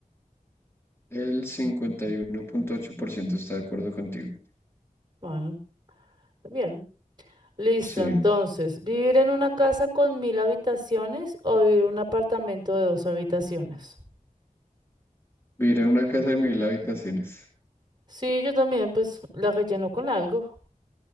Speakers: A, on the left; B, on the right.
A: El cincuenta y uno punto ocho por ciento está de acuerdo contigo.
B: Bueno, bien. Listo,
A: Sí.
B: entonces, ¿vivir en una casa con mil habitaciones o vivir en un apartamento de dos habitaciones?
A: Vivir en una casa de mil habitaciones.
B: Sí, yo también, pues la relleno con algo,